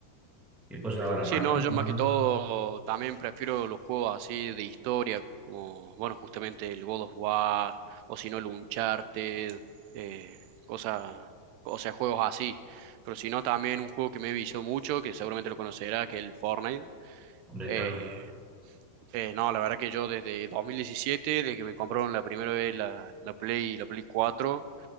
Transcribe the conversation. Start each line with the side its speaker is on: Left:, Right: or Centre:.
Centre: Y puedes grabar la
Right: Sí,
Centre: partida.
Right: no, yo más que todo también prefiero los juegos así de historia, como, bueno, justamente el God of War, o si no el Uncharted, eh, cosa- o sea, juegos así. Pero si no, también un juego que me vició mucho, que seguramente lo conocerá, que es el Fortnite.
Centre: Hombre,
Right: Eh,
Centre: claro.
Right: eh, no, la verdad que yo desde 2017, desde que me compraron la primera vez la, la Play, la Play 4,